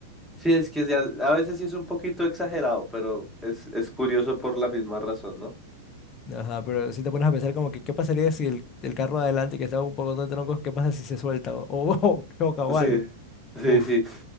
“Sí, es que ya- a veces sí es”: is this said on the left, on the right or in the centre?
Centre